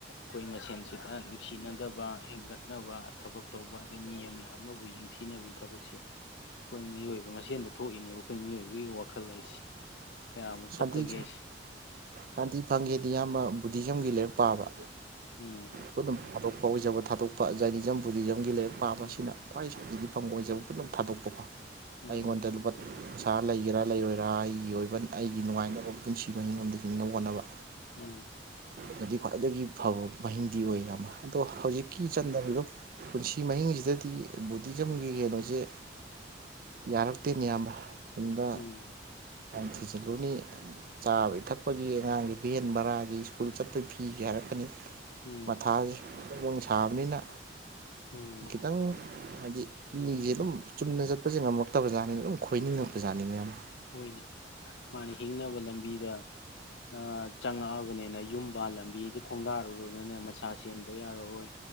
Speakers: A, on the left; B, on the right.
A: ꯀꯣꯏ ꯃꯁꯦꯟ ꯁꯤꯗ ꯅꯨꯡꯁꯤꯅꯗꯕ ꯕ ꯍꯦꯟꯒꯠꯅꯕ ꯊꯕꯛ ꯇꯧꯕ ꯑꯗꯩ ꯃꯤ ꯑꯝꯅ ꯑꯃꯕꯨ ꯌꯦꯡꯊꯤꯅꯕꯩ ꯊꯕꯛꯁꯦ ꯈꯣꯏ ꯃꯤꯑꯣꯏꯕ ꯃꯁꯦꯟꯗ ꯊꯣꯛꯏꯅꯦꯕ ꯑꯈꯣꯏ ꯃꯤꯑꯣꯏꯕꯒꯤ ꯋꯥꯈꯜ ꯍꯥꯏꯁ ꯀꯌꯥꯃꯨꯛ
B: ꯁꯥꯟꯇꯤ
A: ꯐꯠꯇꯒꯦꯁꯦ
B: ꯁꯥꯟꯇꯤ ꯐꯪꯒꯦꯗꯤ ꯏꯌꯥꯝꯕ ꯕꯨꯙꯤꯖꯝꯒꯤ ꯂꯥꯔꯤꯛ ꯄꯥꯕ
A: ꯎꯝ
B: ꯄꯨꯅꯝ ꯊꯥꯗꯣꯛꯄ ꯑꯣꯏꯖꯕ ꯊꯥꯗꯣꯛꯄ ꯖꯥꯏꯅꯤꯖꯝ ꯕꯨꯙꯤꯖꯝꯒꯤ ꯂꯥꯏꯔꯤꯛ ꯄꯥꯕꯁꯤꯅ
A: ꯎꯝ
B: ꯈ꯭ꯋꯥꯏ ꯁꯥꯟꯇꯤꯗꯤ ꯐꯪꯕ ꯑꯣꯏꯖꯕ ꯄꯨꯝꯅꯃꯛ ꯊꯥꯗꯣꯛꯄꯀꯣ
A: ꯃꯥꯅꯤꯅꯦ
B: ꯑꯩꯉꯣꯟꯗ ꯂꯨꯄꯥ ꯄꯩꯁꯥ ꯂꯩꯒꯦꯔꯥ ꯂꯩꯔꯣꯏꯔꯥ ꯑꯩꯒꯤ ꯑꯣꯏꯕ
A: ꯎꯝ
B: ꯑꯩꯒꯤ ꯅꯨꯡꯉꯥꯏꯅꯕ ꯄꯨꯟꯁꯤ ꯃꯍꯤꯡ ꯑꯝꯗ ꯍꯤꯡꯅꯕ ꯍꯣꯠꯅꯕ
A: ꯎꯝ
B: ꯅꯗꯤ ꯈ꯭ꯋꯥꯏꯗꯒꯤ ꯐꯕ ꯃꯍꯤꯡꯗꯤ ꯑꯣꯏ ꯌꯥꯝꯕ ꯑꯗꯣ ꯍꯧꯖꯤꯛ ꯀꯤ ꯆꯠꯂꯖꯨ ꯄꯨꯟꯁꯤ ꯃꯍꯤꯡꯖꯤꯗꯗꯤ ꯕꯨꯙꯤꯖꯝꯒꯤ ꯀꯩꯅꯣꯖꯦ ꯌꯥꯔꯛꯇꯦ ꯃꯤꯌꯥꯝꯕ ꯇꯨꯡꯗ
A: ꯎꯝ
B: ꯊꯤꯖꯤꯜꯂꯨꯅꯤ ꯆꯥꯕꯩ ꯊꯛꯄꯒꯤ ꯑꯉꯥꯡꯒꯤ ꯚꯦꯟ ꯕꯔꯥꯒꯤ ꯁ꯭ꯀꯨꯜ ꯆꯠꯄꯒꯤ ꯐꯤꯒ ꯍꯥꯢꯔꯛꯀꯅꯤ
A: ꯎꯝ
B: ꯃꯊꯥꯖꯤ ꯌꯨꯝ ꯁꯥꯕꯅꯤꯅ
A: ꯎꯝ
B: ꯈꯤꯇꯪ ꯍꯥꯢꯗꯤ ꯃꯤꯖꯦ ꯑꯗꯨꯝ ꯆꯨꯝꯅ ꯆꯠꯄꯖꯦ ꯉꯝꯃꯛꯇꯕꯖꯥꯠꯅꯤꯅ ꯑꯗꯨꯝ ꯈꯣꯢꯅꯤꯡꯉꯛꯄ ꯖꯠꯅꯤ ꯃꯤꯌꯥꯝꯕ
A: ꯍꯣꯢꯅꯦ ꯃꯥꯅꯦ ꯍꯤꯡꯅꯕ ꯂꯝꯕꯤꯗ ꯑ ꯆꯪꯉꯛꯑꯕꯅꯤꯅ ꯌꯨꯝꯕꯜꯂꯝꯕꯤꯗ ꯈꯣꯡꯗꯥꯔꯨꯔꯕꯅꯦ ꯃꯆꯥ ꯁꯦꯝꯗ ꯌꯥꯔꯛꯑꯣꯢ